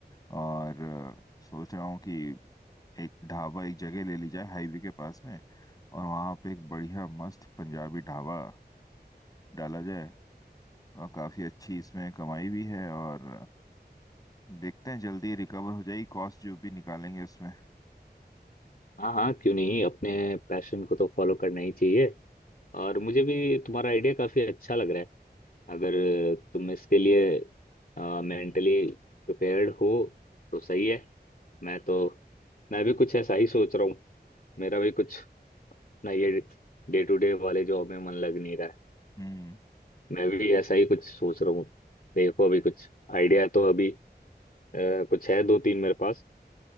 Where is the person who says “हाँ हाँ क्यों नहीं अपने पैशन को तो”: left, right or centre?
Left